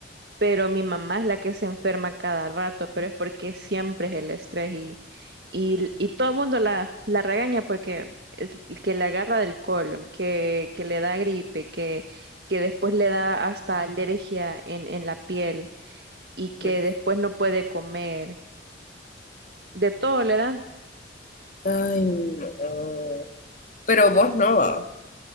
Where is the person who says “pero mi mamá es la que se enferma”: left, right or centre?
Right